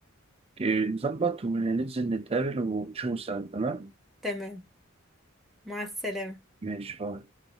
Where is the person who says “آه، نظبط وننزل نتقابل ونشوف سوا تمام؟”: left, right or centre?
Right